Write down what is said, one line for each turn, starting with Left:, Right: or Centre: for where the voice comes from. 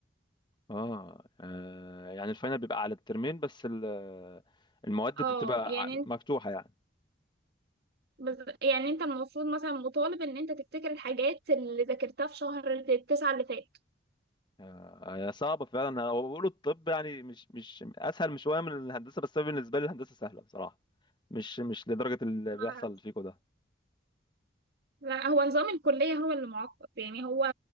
Left: آه. آه يعني الفاينل بيبقى على الترمين بس ال- المواد بتبقى
Right: اه يعني
Left: ع- مفتوحة
Right: انت
Left: يعني
Right: بز- يعني انت المفروض مثلا مطالب ان انت تفتكر الحاجات اللي ذاكرتها في شهر التسعة اللي فات
Left: آه، هي صعبة فعلا هو بيقولوا الطب يعني مش مش أسهل مش شوية من الهندسة بس أنا بالنسبة لي الهندسة سهلة بصراحة مش مش لدرجة اللي
Right: ما-
Left: بيحصل فيكم ده
Right: لا هو نظام الكلية هو اللي معقد يعني هو